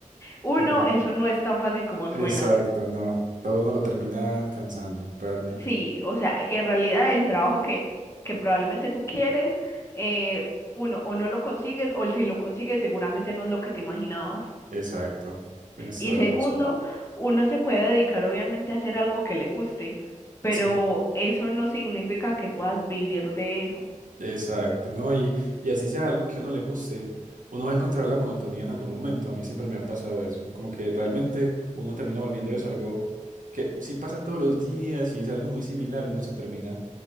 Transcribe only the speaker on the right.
claro.
Exacto,
no. Todo uno lo termina cansando, realmente.
Exacto. Tienes
toda
la razón.
Sí.
Exacto, ¿no? Y, y así sea algo que a uno le guste, uno va a encontrar la monotonía en algún momento. A mí siempre me ha pasado eso. Como que realmente uno termina volviendo eso algo que si pasa todos los días y es algo muy similar, uno se termina